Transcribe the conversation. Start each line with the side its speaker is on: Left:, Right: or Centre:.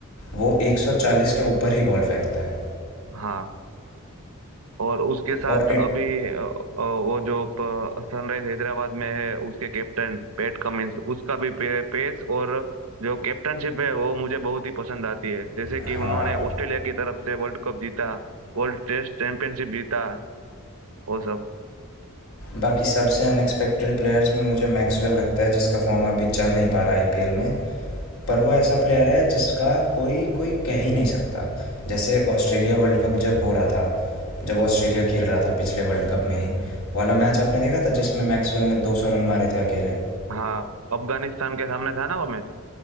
Left: वो 140 के ऊपर ही बॉल फेंकता है
Right: हाँ और उसके साथ
Left: और इट
Right: अभी अ, अ, वो जो सनराइज हैदराबाद में है उसके कैप्टन पैट कमिंस उसका भी पे, पेस और जो कैप्टनशिप है वो मुझे बहुत ही पसंद आती है जैसे कि
Left: हाँ
Right: उन्होंने ऑस्ट्रेलिया की तरफ से वर्ल्ड कप जीता वर्ल्ड टेस्ट चैंपियनशिप जीता वो सब
Left: बाकी सबसे अनएक्सपेक्टेड प्लेयर्स में मुझे मैक्सवेल लगता है जिसका फॉर्म अभी चल नहीं पा रहा आईपीएल में पर वो ऐसा प्लेयर है जिसका कोई कोई कह ही नहीं सकता जैसे ऑस्ट्रेलिया वर्ल्ड कप जब हो रहा था जब ऑस्ट्रेलिया खेल रहा था पिछले वर्ल्ड कप में ही वाला मैच आपने देखा था जिसमें मैक्सवेल ने 200 रन मारे थे अकेले
Right: हाँ अफगानिस्तान के सामने था ना वो मैच